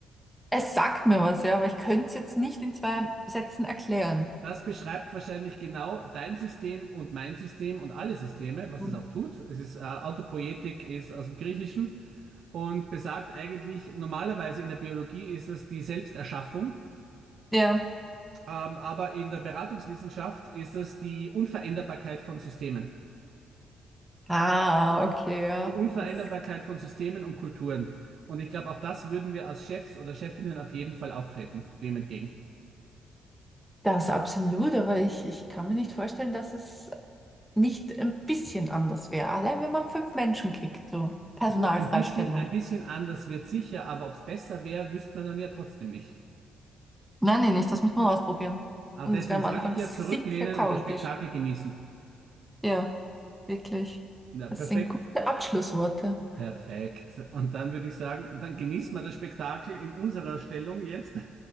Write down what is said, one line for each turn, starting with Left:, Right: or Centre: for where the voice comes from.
Centre: Es sagt mir was, ja, aber ich könnte es jetzt nicht in zwei Sätzen erklären.
Right: Das beschreibt wahrscheinlich genau dein System und mein System und alle Systeme, was
Centre: Hm.
Right: es auch tut. Es ist, äh, Autopoietik ist aus dem Griechischen und besagt eigentlich, normalerweise in der Biologie ist es die Selbsterschaffung,
Centre: Ja.
Right: ähm, aber in der Beratungswissenschaft ist es die Unveränderbarkeit von Systemen.
Centre: Ah, okay, ja.
Right: Die Unvereinbarkeit
Centre: Das,
Right: von Systemen und Kulturen. Und ich glaube, auf das würden wir als Chefs oder Chefinnen auf jeden Fall auch treten, dem entgegen.
Centre: das absolut, aber ich, ich kann mir nicht vorstellen, dass es nicht ein bisschen anders wäre. Allein wenn man fünf Menschen kickt, so Personalfreistellung.
Right: Du, ein bisschen, ein bisschen anders wird sicher, aber ob es besser wäre, wüsste man dann ja trotzdem nicht.
Centre: Nein, nein, nicht, das müssen wir ausprobieren.
Right: Aber
Centre: Und
Right: deswegen
Centre: es wäre
Right: sage
Centre: am Anfang
Right: ich ja,
Centre: sicher
Right: zurücklehnen
Centre: chaotisch.
Right: und das Spektakel genießen.
Centre: Ja, wirklich.
Right: Na,
Centre: Das
Right: perfekt.
Centre: sind gute Abschlussworte.
Right: Perfekt. Und dann würde ich sagen, dann genießen wir das Spektakel in unserer Stellung jetzt